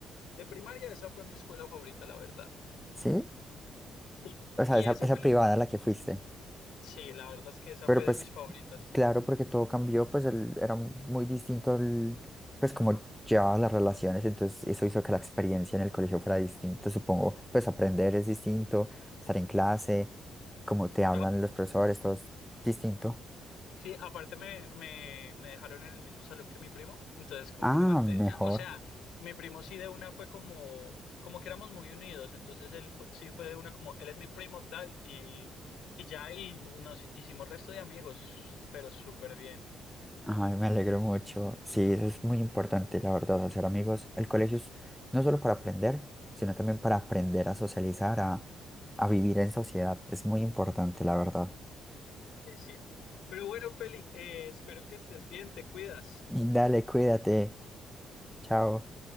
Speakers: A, on the left; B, in the centre.
A: de primaria esa fue mi escuela favorita, la verdad.
B: ¿Sí?
A: Sí.
B: O sea,
A: Y
B: esa,
A: ese
B: esa
A: fue el...
B: privada
A: in-
B: a la que fuiste.
A: Sí, la verdad es que esa
B: Pero
A: fue
B: pues
A: de mis favoritas.
B: Claro, porque todo cambió, pues el- era muy distinto, el- pues como llevaba las relaciones, entonces eso hizo que la experiencia en el colegio fuera distinta, supongo, pues aprender es distinto, estar en clase, como te hablan
A: Ah,
B: los profesores, todo es distinto.
A: sí, aparte me, me, me dejaron en el mismo salón que mi primo, entonces como
B: Ah,
A: que manté...
B: mejor.
A: O sea, mi primo sí de una fue como... Como que éramos muy unidos, entonces él fue- sí fue de una como... Él es mi primo tal y, y ya y nos hicimos resto de amigos, pero súper bien.
B: Ay, me alegro mucho. Sí, eso es muy importante, la verdad, hacer amigos. El colegio es no solo para aprender, sino también para aprender a socializar, a, a vivir en sociedad. Es muy importante, la verdad.
A: Sí, sí. Pero bueno, Feli, eh, espero que estés bien, te cuidas.
B: Dale, cuídate. Chao.